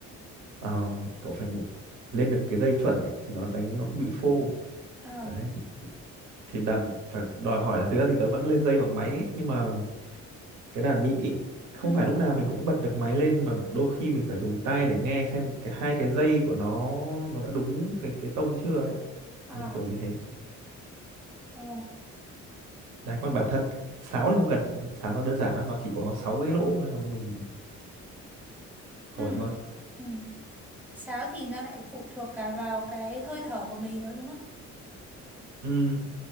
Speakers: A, on the right (about 80°); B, in the centre.
A: um, cậu phải lên được cái dây chuẩn ấy, thì nó đánh nó không bị phô
B: ờ
A: đấy thì đàn phải đòi hỏi là thực ra thì tớ vẫn lên dây bằng máy ấy, nhưng mà cái đàn nhị ấy, không
B: ừ
A: phải lúc nào mình cũng bật được máy lên mà đôi khi mình phải dùng tai để nghe xem cái hai cái dây của nó nó đã đúng cái cái tông chưa ấy
B: ờ
A: đấy, kiểu như thế
B: ờ
A: đấy còn bản thân sáo thì không cần sáo nó đơn giản lắm nó chỉ có 6 cái lỗ thôi không mình thổi
B: ừ
A: thôi
B: ừ sáo thì nó lại phụ thuộc cả vào cái hơi thở của mình nữa đúng không?
A: Ừm,